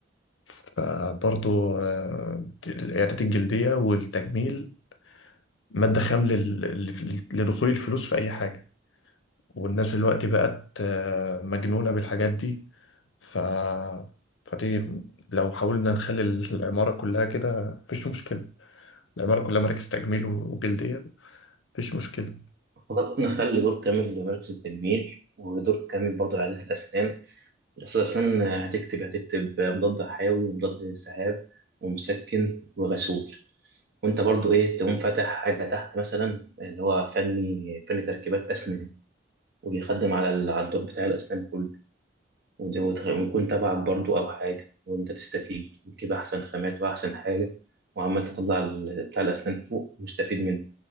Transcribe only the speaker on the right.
خلاص نخلي دور كامل لمركز التجميل ودور كامل برضه لعيادات الأسنان أساسا هتكتب هتكتب مضاد حيوي ومضاد التهاب ومسكن وغسول وأنت برضو إيه تقوم فاتح حاجة تحت مثلا اللي هو فني فني تركيبات أسنان وبيخدم على ال- على الدور بتاع الأسنان كله ودي- وتخ- ويكون تبعك برضو أو حاجة وأنت تستفيد وتجيب أحسن خامات وأحسن حاجة وعمال تطلع ال- بتاع الأسنان فوق ومستفيد منه